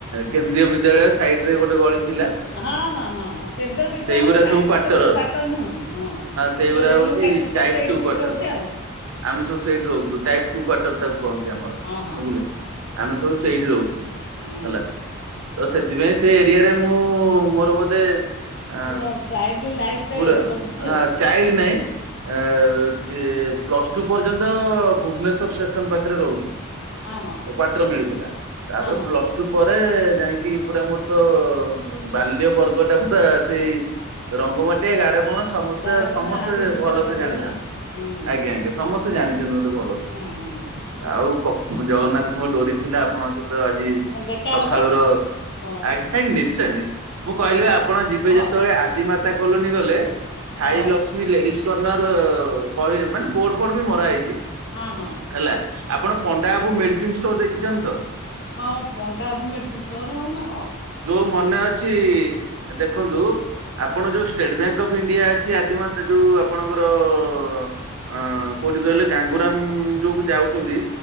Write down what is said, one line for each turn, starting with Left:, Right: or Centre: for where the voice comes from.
Right: କେନ୍ଦ୍ରୀୟ ବିଦ୍ୟାଳୟ ସାଇଡ ରେ ଗୋଟେ ଗଳି ଥିଲା
Left: ହଁ ହଁ ହଁ କେନ୍ଦ୍ର ବିଦ୍ୟାଳୟ
Right: ସେଇଗୁରା
Left: ସାଇଟରେ
Right: କ୍ଵାର୍ଟର
Left: ସବୁ ସୁ କ୍ୱାଟର ଭାଙ୍ଗି ହଁ
Right: ସେଇଗୁରା
Left: ସେ
Right: ହଉଛି ଟାଇପ୍
Left: ସେଇଠିଥିବେ
Right: ଟୁ କ୍ଵାର୍ଟର।
Left: ବୋଧେ ଆଉ
Right: ଆମେ ସବୁ ସେଇଠି ରହୁଥିଲୁ ଟାଇପ୍ ଟୁ କ୍ୱାଟର ତାକୁ କହନ୍ତି ଆମର
Left: ହଁ ହଁ ହଁ
Right: ବୁଝିଲେ
Left: ହଁ
Right: ଆମେ ସବୁ
Left: ହୁଁ
Right: ସେଇଠି ରହୁଥିଲୁ
Left: ହୁଁ
Right: ହେଲା ତ ସେଥିପାଇଁ ସେ ଏରିଆରେ ମୁଁ ମୋର ବୋଧେ ଆ
Left: ପୁରା ଚାଇଲ୍ଡ ଲାଇଫ୍ଟା
Right: ପୁର
Left: ଏଇଠି କଟିଛି
Right: ହ
Left: ଆଉ
Right: ଚାଇଲ୍ଡ ନାହିଁ। ଏ ପ୍ଲସ ଟୁ ପର୍ଯ୍ୟନ୍ତ ଭୁବନେଶ୍ୱର ଷ୍ଟେସନ ପାଖରେ ରହୁଛି।
Left: ହଁ ହଁ
Right: କ୍ୱାଟର ମିଳିଥିଲା ତାପରେ
Left: ହଁ ହଁ
Right: ପ୍ଲସ ଟୁ ପରେ ରେ ଯାଇକି ପୁରା ମୋର ତ ବାଲ୍ୟ ବର୍ଗ ଟା ପୁରା ସେଇ ରଙ୍ଗ ମାଟିଆ ଗାଡ଼ କଣ ସମସ୍ତେ
Left: ଗାଡ଼ା
Right: ସମସ୍ତେ
Left: କଣ ଆରି ଭିତରେ
Right: ଭଲସେ
Left: କଟିଗଲା
Right: ଜାଣିଛନ୍ତି
Left: ହୁଁ ହୁଁ
Right: ଆଜ୍ଞା
Left: ହୁଁ
Right: ଆଜ୍ଞା ସମସ୍ତେ
Left: ହୁଁ
Right: ଜାଣିଛନ୍ତି ଗୋଟେ ଭଲସେ
Left: ହୁଁ ହୁଁ
Right: ଆଉ ଜଗନ୍ନାଥଙ୍କୁ ଡୋରି ଥିଲା ଆପଣଙ୍କ ସହିତ ଆଜି
Left: ହଁ ଦେଖା
Right: ସକାଳ
Left: ହେବ
Right: ର
Left: ହଁ
Right: ଆାଇଁ ନିଶ୍ଚୟ ଦିଦି ମୁଁ କହିଲି ଆପଣ ଯିବେ
Left: ହଁ
Right: ଯେତେବେଳେ ଆଦି ମା କଲୋନୀ ଗଲେ ସାଇ
Left: ହଁ
Right: ଲକ୍ମୀ ଲେଡିଜ୍ କର୍ନର୍ କହି ମାନେ ବୋଡ ଫୋଡ ବି ମରା ହେଇଛି
Left: ହଁ ହଁ।
Right: ହେଲା ଆପଣ ପଣ୍ଡା ବାବୁ ମେଡିସିନ ଷ୍ଟୋର ଦେଖିଛନ୍ତି ତ?
Left: ହଁ ପଣ୍ଡାବାବୁ ମେଡିସିନ ଷ୍ଟୋର ହଉନା
Right: ଯୋଉ ମନେ ଅଛି ଦେଖନ୍ତୁ ଆପଣ ଯୋଉ ଷ୍ଟେଟ ବ୍ୟାଙ୍କ ଅଫ୍ ଇଣ୍ଡିଆ ଅଛି ଆଦି ମା ଯୋଉ ଆପଣଙ୍କର ଅ କୋଉଠି କହିଲେ ଗାଙ୍ଗୁରାମ ଯୋଉ ଯାଉଛନ୍ତି